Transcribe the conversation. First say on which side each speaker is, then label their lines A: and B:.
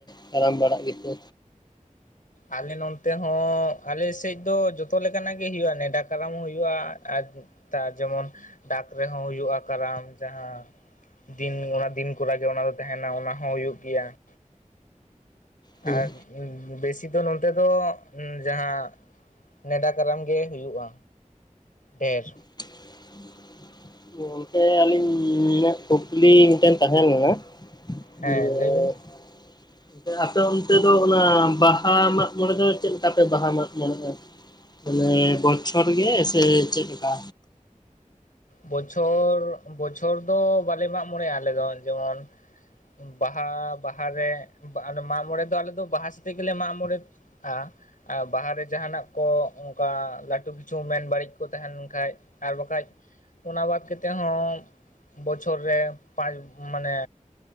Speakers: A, on the left (about 30°); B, on the left (about 85°).
A: ᱠᱟᱨᱟᱢ ᱵᱟᱲᱟᱜ ᱜᱮᱛᱮ?
B: ᱟᱞᱮ ᱱᱚᱱᱛᱮ ᱦᱚᱸ ᱟᱞᱮᱥᱮᱜ ᱫᱚ ᱡᱚᱛᱚ ᱞᱮᱠᱟᱱᱟᱜ ᱜᱮ ᱦᱩᱭᱩᱜᱼᱟ ᱱᱮᱸᱰᱟ ᱠᱟᱨᱟᱢ ᱦᱚᱸ ᱦᱩᱭᱩᱜᱼᱟ ᱟᱨ ᱛᱟ ᱡᱮᱢᱚᱱ ᱰᱟᱠ ᱨᱮᱦᱚᱸ ᱦᱩᱭᱩᱜᱼᱟ ᱠᱟᱨᱟᱢ ᱡᱟᱦᱟᱸ ᱫᱤᱱ ᱚᱱᱟ ᱫᱤᱱ ᱠᱚᱨᱟ ᱜᱮ ᱚᱱᱟ ᱫᱚ ᱛᱟᱦᱮᱱᱟ ᱚᱱᱟ ᱦᱚᱸ ᱦᱩᱭᱩᱜ ᱜᱮᱭᱟ ᱾
A: ᱦᱩᱸ
B: ᱟᱨ ᱵᱮᱥᱤ ᱫᱚ ᱱᱚᱱᱛᱮ ᱫᱚ ᱡᱟᱦᱟᱸ ᱱᱮᱸᱰᱟ ᱠᱟᱨᱟᱢ ᱜᱮ ᱦᱩᱭᱩᱜᱼᱟ ᱰᱷᱮᱨ᱾
A: <unintelligible> ᱚᱱᱛᱮ, ᱟᱹᱞᱤᱧᱟᱜ ᱠᱩᱠᱞᱤ ᱢᱤᱫᱴᱮᱱ ᱛᱟᱦᱮᱸ ᱞᱮᱱᱟ ᱾ <unintelligible>
B: ᱦᱮᱸ ᱞᱟᱹᱭ ᱵᱤᱱ
A: ᱟᱯᱮ ᱚᱱᱛᱮ ᱫᱚ, ᱚᱱᱟ ᱵᱟᱦᱟ ᱢᱟᱜ ᱢᱚᱬᱮ ᱫᱚ ᱪᱮᱫ ᱞᱮᱠᱟ ᱯᱮ ᱵᱟᱦᱟ ᱢᱟᱜ ᱢᱚᱬᱮᱼᱟ? ᱢᱟᱱᱮ ᱵᱚᱪᱷᱚᱨ ᱜᱮ ᱥᱮ ᱪᱮᱫ ᱞᱮᱠᱟ?
B: ᱵᱚᱪᱷᱚᱨ, ᱵᱚᱪᱷᱚᱨ ᱫᱚ ᱵᱟᱞᱮ ᱢᱟᱜ ᱢᱚᱬᱮᱜ-ᱟ ᱟᱞᱮ ᱫᱚ, ᱦᱮᱸᱥᱮ ᱟᱨᱼᱼ ᱵᱟᱦᱟ ᱵᱟᱦᱟ ᱨᱮ, ᱵᱟᱦᱟ ᱢᱟᱸᱜ ᱢᱚᱬᱮ ᱫᱚ ᱟᱞᱮ ᱫᱚ ᱵᱟᱦᱟ ᱥᱟᱛᱮ ᱜᱮᱞᱮ ᱢᱟᱸᱜ ᱢᱚᱬᱮᱼᱼ ᱟᱜ ᱟᱨ ᱵᱟᱦᱟ ᱨᱮ ᱡᱟᱦᱟᱸᱱᱟᱜ ᱠᱚ ᱚᱝᱠᱟ ᱞᱟᱴᱩ ᱠᱤᱪᱷᱩ ᱢᱮᱱ ᱵᱟᱲᱤᱡ ᱠᱚ ᱛᱟᱸᱦᱮ ᱞᱮᱱ ᱠᱷᱟᱡᱼᱼ ᱟᱨ ᱵᱟᱠᱷᱟᱡᱼᱼ ᱚᱱᱟ ᱵᱟᱫᱽ ᱠᱟᱛᱮ ᱦᱚᱸ, ᱵᱚᱪᱷᱚᱨ ᱨᱮ ᱯᱟᱸᱪ ᱢᱟᱱᱮᱼᱼ